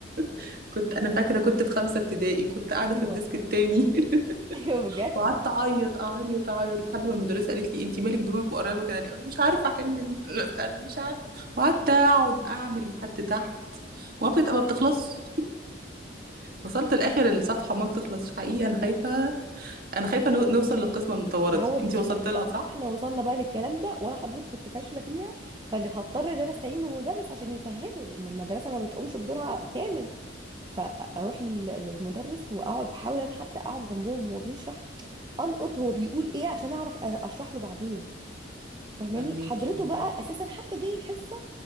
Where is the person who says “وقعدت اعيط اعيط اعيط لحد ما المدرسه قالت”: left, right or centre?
Right